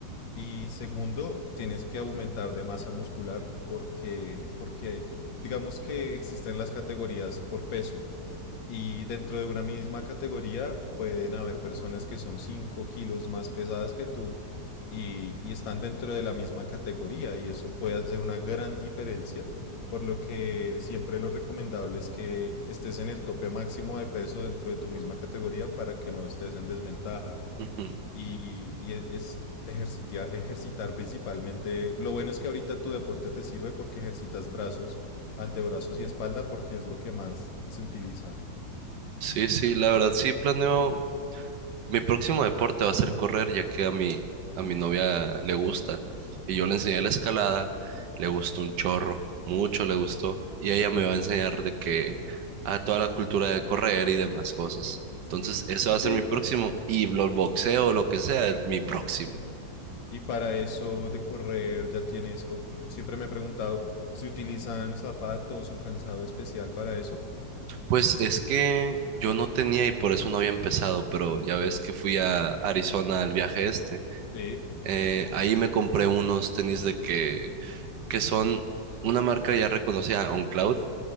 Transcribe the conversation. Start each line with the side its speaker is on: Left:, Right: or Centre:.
Left: Y segundo, tienes que aumentar de masa muscular porque, porque digamos que existen las categorías por peso. Y dentro de una misma categoría pueden haber personas que son 5 kilos más pesadas que tú y, y están dentro de la misma categoría y eso puede hacer una gran diferencia, por lo que siempre lo recomendable es que estés en el tope máximo de peso dentro de tu misma categoría para que no estés en desventaja.
Right: ujú.
Left: Y, y e, es ejercitia- ejercitar principalmente. Lo bueno es que ahorita tu deporte te sirve porque ejercitas brazos, antebrazos y espalda porque es lo que más se utiliza.
Right: Sí, sí, la verdad sí planeo Mi próximo deporte va a ser correr, ya que a mi, a mi novia le gusta. Y yo le enseñé la escalada, le gustó un chorro, mucho le gustó. Y ella me va a enseñar de que a toda la cultura de correr y demás cosas. Entonces, eso
Left: Oye,
Right: va a ser mi próximo. Y los boxeo, lo que sea, es mi próximo.
Left: Y y para eso de correr ya tienes, o, siempre me he preguntado, ¿se utilizan zapatos o calzado especial para eso?
Right: Pues es que yo no tenía y por eso no había empezado, pero ya ves que fui a Arizona al viaje este.
Left: Sí.
Right: Eh, ahí me compré unos tenis de que, que son una marca ya reconocida, OnCloud,